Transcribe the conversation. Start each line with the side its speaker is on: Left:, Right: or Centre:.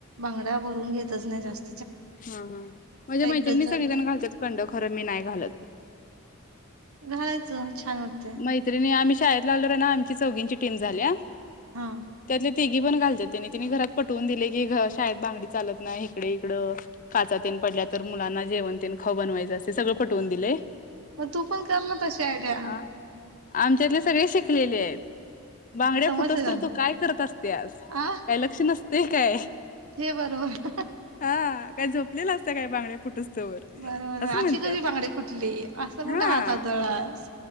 Right: बांगड्या भरून घेतच नाही जास्त
Left: हा, हा म्हणजे मैत्रिणी
Right: डझन
Left: सगळीजण घालतात, कंड खरं मी नाही घालत.
Right: घालायचं. छान वाटते
Left: मैत्रिणी आम्ही- शाळेत आलेवर ना आमची चौघींची टीम झाली.
Right: हा
Left: त्यात तिघी पण घालत्यात, त्यानी तिने घरात पटवून दिले की, घर शाळेत बांगडी चालत नाही इकडे इकडं काचातेन पडल्या तर मुलांना जेवणतेन, खावू बनवायचं, असे सगळं पटवून दिलय.
Right: मग तू पण करण तशी आयड्या
Left: अ आमच्यातले सगळे शिकलेली ते <unintelligible> बांगड्या
Right: समजते
Left: फोटूस
Right: त्यांना
Left: तर तू काय करत असत्यास?
Right: आ
Left: काय लक्ष नसते काय?
Right: हे बरोबर
Left: हा काय झोपलेलं असत काय बांगड्या फोटूस तवर?
Right: बरोबर
Left: असं
Right: अशी
Left: म्हणत्यात,
Right: कशी बांगडी फुटली असं कुठे
Left: आ,
Right: हात आदळलास